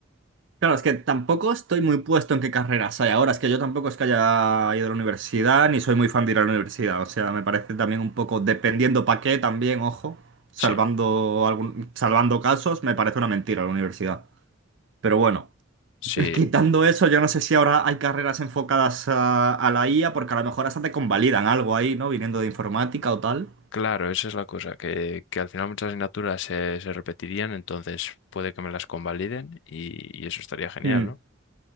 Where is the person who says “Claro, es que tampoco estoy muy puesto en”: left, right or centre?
Right